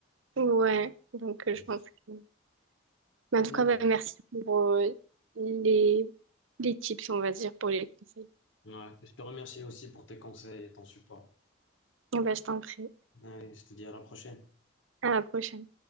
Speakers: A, on the right; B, on the left.
A: Ouais. Donc, euh,
B: Mhm.
A: je pense que... Mais en tout
B: D'accord.
A: cas, bah, merci pour euh, les, les tips, on va dire, pour les conseils.
B: Ouais. Je te remercie aussi pour tes conseils et ton support.
A: Bah, je t'en prie.
B: Ouais, je te dis à la prochaine.
A: À la prochaine.